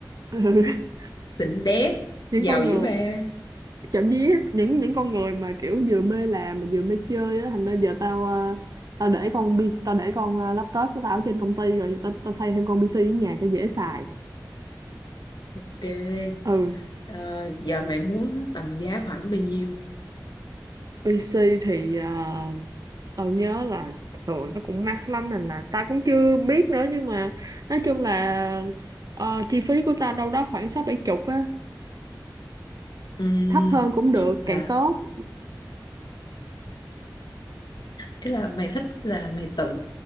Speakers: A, on the right; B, on the left.
A: <laughs>
B: xịn đét
A: Ừ. Những
B: giàu
A: con người,
B: dữ ba
A: chậm dí những những con người mà kiểu vừa mê làm mà vừa mê chơi á thành ra giờ tao ờ, tao để con pi- tao để con ờ, laptop của tao ở trên công ty rồi giờ tao tao xây thêm con PC ở nhà cho dễ xài
B: ok
A: ừ
B: ờ, giờ mày muốn tầm giá khoảng bao nhiêu
A: PC thì ờ, tao nhớ là thường nó cũng mắc lắm nên là tao cũng chưa biết nữa nhưng mà nói chung là ờ, chi phí của tao đâu đó khoảng sáu bảy chục á
B: Ừm,
A: thấp hơn cũng được
B: là
A: càng tốt
B: ý là mày thích là mày tự